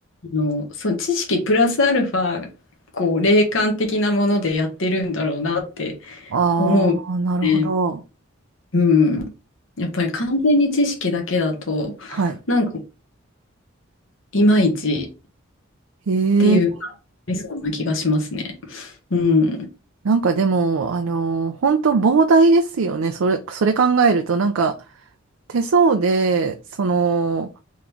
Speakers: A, on the left (about 65°); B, on the right (about 85°).
A: あの、その知識プラスアルファ、こう霊感的なものでやってるんだろうなって
B: ああ、
A: 思うね。
B: なるほど。
A: うん。やっぱり完全に知識だけだと、
B: はい。
A: なんか、いまいちっていう、
B: へえ。
A: ありそうな気がしますね。うん。
B: なんかでも、あのー、本当膨大ですよね。それ、それ考えると、なんか手相で、その、